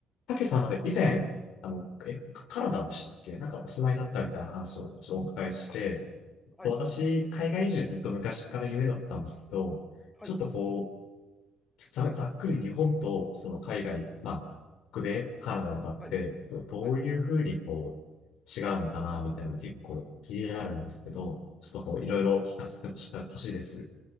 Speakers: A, on the left (about 75°); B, on the left (about 20°).
A: たけしさん、なんか以前、あの、え、カカナダでしたっけなんかお住まいだったみたいな話をちょっとお伺いして、
B: はい。
A: と私、
B: うん。
A: 海外移住ずっと昔から夢だったんですけど、
B: はい。
A: ちょっとこう、ざ、ざっくり日本とその海外、まあ、北米、カナダのかって、
B: はい。
A: どどういうふうにこう、
B: はい。
A: 違うのかな、みたいなの結構気になるんですけど、ちょっとこう、いろいろ聞かせてほしほしいです。